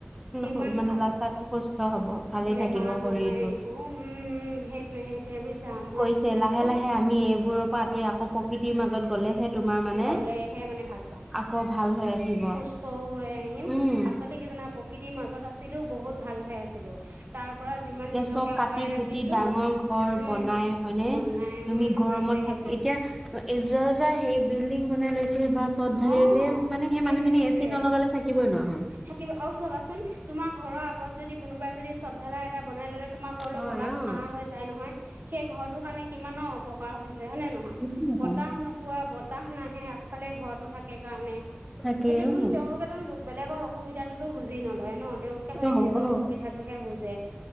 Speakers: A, on the right; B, in the centre.
A: সিমান
B: সু- মানে
A: ভাল।
B: ল'ৰা ছোৱালী সুস্থ হব ভালে
A: বেমাৰ
B: থাকিব শৰীৰটো
A: নহয় একো উম সেইটোয়ে সেইটোয়ে বুজিছা মই
B: ইথে
A: দেখিছো
B: লাহে লাহে আমি এইবোৰৰ পৰা আঁতৰি আকৌ প্ৰকৃতিৰ মাজত গলেহে তোমাৰ মানে
A: গলেহে মানে ভাল। পাম।
B: আকৌ ভাল হৈ আহিব
A: সুস্থও হৈ আহিম
B: উম
A: আচলতে কি জানা প্ৰকৃতিৰ মাজত আছিলো বহুত ভাল হৈ আছিলো তাৰ পৰা যিমান
B: এতিয়া
A: নিজকে
B: চব
A: আঁতৰাই
B: কাটি কুটি
A: ৰাখিছো
B: ডাঙৰ ঘৰ
A: উম
B: বনাই হয়নে
A: বনাই
B: তুমি
A: উম
B: গৰমত
A: সেইটোৱে সেইটোৱে
B: থাক এতিয়া এ যোৱা যাই সেই বিল্ডিং বনাই লৈ বা চত ঢালি
A: অ
B: আছে মানে সেই
A: সেইটোৱে
B: মানুহখিনি
A: সেইটোৱে
B: এ চি নলগালে থাকিবই নোৱা হ'ল।
A: থাকিব আৰু চাবাচোন তোমাৰ ঘৰ আগত যদি কোনোবাই যদি চত ধালাই এটা বনাই ললে তোমাৰ ঘৰলৈ
B: হয়
A: বতাহটো
B: অ
A: নহা হৈ যায় নহয়, সেই ঘৰটোৰ কাৰণে কিমানৰ অপকাৰ হৈ হৈছে যে হয় নে নহয়?
B: উম
A: বতাহ নোপোৱা বতাহ নাহে আগফালে ঘৰতো থাকে কাৰণে।
B: থাকে
A: সেইটোতোন
B: অ
A: তেওঁলোকেতোন লোক বেলেগৰ অসুবিধাটোতো বুজ বুজি নলয় ন তেওঁলোকে খালি
B: অ
A: নিজৰ
B: অ
A: সুবিধাটোহে বুজে,